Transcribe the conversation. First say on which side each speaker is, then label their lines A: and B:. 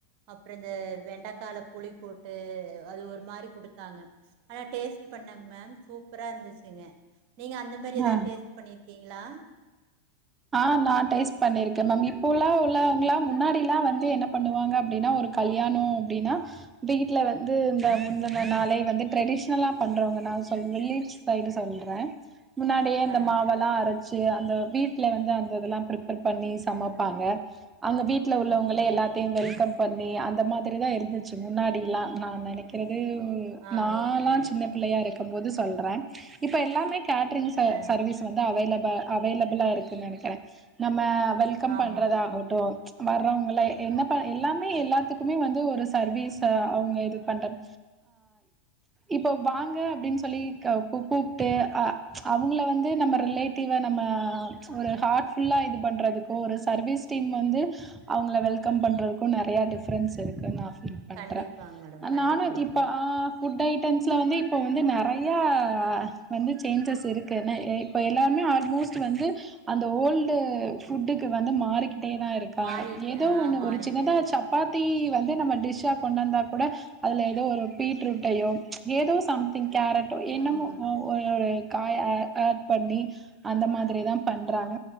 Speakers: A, on the right (about 50°); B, on the right (about 15°).
A: அப்புறம் இந்த வெண்டைக்கால புளி போட்டு போட்டு அது ஒரு மாதிரி கொடுத்தாங்க டேஸ்ட் பண்ணங்க மேம் சூப் சூப்பறா இருந்துச்சுங்க நீங்க அந்த மாரி ஏதாவது
B: ஆ
A: டேஸ்ட் பண்ணிருக் கீங்களா
B: ஆ நான் டேஸ்ட் பண்ணிருக்கேன் மேம் இப்போ எல்லாம் உள்ளவங்காம் முன்னாடி எல்லாம் வந்து என்ன பண்ணுவாங்க அப்படின்னா ஒரு கல்யாணம் அப்படின்னா வீட்டுல வந்து இந்த முந்தன நாளே வந்து ட்ரெடிஷனலா பண்றவங்க நான் சொ வில்லேஜ் சைடு சொல்றேன் முன்னாடியே இந்த
A: ஆ
B: மாவெல்லாம் அரைச் அந்த பீட் வீட்டுல வந்து அந்த இதெல்லாம் பிர்ப்பேர் பண்ணி சமைப்பாங்க அங்க வீட்டுல உள்ளவங்களே
A: ஓகே மேடம்
B: எல்லாத்தையும் வெல்கம் பண்ணி அந்த மாதிரி தான் இருந்துச்சு முன்னாடிலாம் நான் நினைக்கிறேன் இருக்கிறது
A: ஓ ஆ
B: நாலாம்
A: ஓகே மேடம்
B: சின்ன பிள்ளையா இருக்கு போது சொல்றேன் இப்ப எல்லாமே கேட்ரிங்
A: ஆ
B: சர்வீஸ் வந்து அவைலபிள் அவைலபிளா இருக்கு நினைக்கிறேன் நம்ம வெல்கம்
A: ஆமாங்க
B: பண்றதா ஆகட்டும் வர்றவங்ளே என்ன ப எல்லாமே எல்லாத்துக்குமே வந்து ஒரு சர்வீஸை அவங்க இது பண்றது இப்போ வாங்க அப்படின்னு சொல்லி கூப்பிட்டு அவங்கள வந்து நம்ம ரிலேட்டிவ நம்ம ஒரு ஹார்ட் ஃபுல்லா இது பண்ணுறதுக்கும் ஒரு சர்வீஸ் டீம் வந்து அவங்கள வெல்கம் பண்ணுறதுக்கும் நிறையா டிஃப்ரென்ஸ் இருக்குதா பண்ற
A: கண்டிப்பாங்க மேடம் கண்டிப்பாங்க
B: நானு இப்ப
A: மேடம்
B: ஆ ஃபுட் ஐட்டம்ஸ்ல வந்து இப்போ வந்து நிறையா வந்து சேஞ்சஸ் இருக்குதுன்னு இப்போ எல்லாமே ஆல்மோஸ்ட் வந்து அந்த ஓல்டு ஃபுட்டுக்கு வந்து மாறி கிட்டேதான் இருக்காங்க
A: மாறிட்டு
B: ஏதோ
A: ஆ
B: ஒண்ணு
A: மாறிட்டேதா
B: ஒரு சின்னதா சப்பாத் தி வந்து நம்ம டிஷ்ஷா கொண்டு வந்தா கூட அதுல ஏதோ ஒரு பீட்ரூட்டையோ ஏதோ சம் கேரட்டோ
A: ம்
B: என்னமோ காய்ய ஆட் பண்ணி அந்த மாதிரி தான் பண்றாங்க